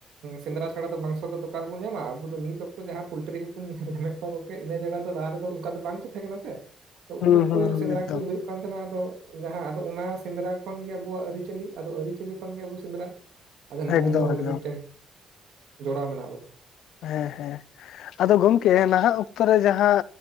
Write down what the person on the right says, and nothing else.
ᱥᱮᱸᱫᱽᱨᱟ ᱪᱷᱟᱲᱟ ᱫᱚ ᱵᱟᱝ ᱚᱠᱛᱚ ᱫᱚᱠᱟᱱ ᱵᱚᱱ ᱧᱟᱢᱟ ᱟᱵᱚ ᱱᱤᱛ ᱚᱠᱛᱚ ᱡᱟᱦᱟᱸ ᱯᱚᱞᱴᱤᱨᱤ ᱠᱚᱵ ᱧᱮᱞ ᱧᱟᱢᱮᱫ ᱠᱚᱭᱟ ᱜᱚᱝᱠᱮ ᱤᱱᱟᱹ ᱡᱟᱭᱜᱟ ᱨᱮᱫᱚ ᱫᱚ ᱞᱟᱦᱟ ᱨᱮᱫᱚ ᱚᱱᱠᱟ ᱫᱚ ᱵᱟᱝ ᱛᱟᱦᱮᱸ ᱠᱟᱱᱟ ᱥᱮ ᱛᱚ
ᱩᱱ ᱚᱠᱛᱚ
ᱥᱮᱸᱫᱽᱨᱟ
ᱠᱚ ᱦᱩᱭᱩᱜ -- ᱛᱟᱦᱮᱱᱟ ᱟᱫᱚ ᱡᱟᱦᱟᱸ ᱟᱫᱚ ᱚᱱᱟ ᱥᱮᱸᱫᱽᱨᱟ ᱠᱷᱚᱱ ᱜᱮ ᱟᱵᱚᱣᱟᱜ ᱟᱹᱨᱤᱪᱟᱹᱞᱤ ᱟᱹᱨᱤᱪᱟᱹᱞᱤ ᱠᱷᱚᱱᱜ ᱜᱮ ᱟᱵᱚ ᱥᱮᱸᱫᱽᱨᱟ᱾ ᱟᱫᱚ ᱱᱚᱝᱠᱟ
ᱵᱚᱞᱮ
ᱢᱤᱫᱴᱮᱱ ᱡᱚᱲᱟᱣ ᱢᱮᱱᱟᱜ ᱵᱚᱱᱟ᱾